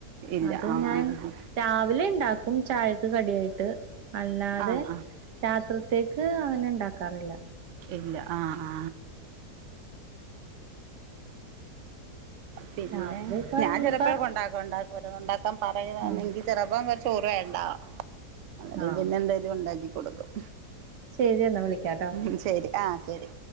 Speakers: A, on the right; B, on the right.
A: ഇല്ല
B: അത്
A: ആഹ്
B: ഞാൻ
A: ആഹ്
B: രാവിലെ ഇണ്ടാക്കും ചായ കടിയായിട്ട് അല്ലാതെ
A: ആഹ് ആഹ്
B: രാത്രത്തേക്ക് അങ്ങനെ ഉണ്ടാക്കാറില്ല.
A: ഇല്ല ആ ആ പിന്നെ
B: രാത്രി ഇപ്പ
A: ഞാൻ
B: ഇനിയിപ്പ
A: ചിലപ്പോ കൊണ്ടാക്കാംണ്ട ഒ ഉണ്ടാക്കാൻ പറയുകണെങ്കിൽ
B: ആ
A: ചെിലപ്പോ ചോറ് വേണ്ട് അങ്ങനം
B: ആ
A: പിന്നെ എന്തെലും ഉണ്ടാക്കി കൊടുക്കും
B: ശരി എന്നാ വിളിക്കാട്ടോ
A: ഉം ശരി ആ ശരി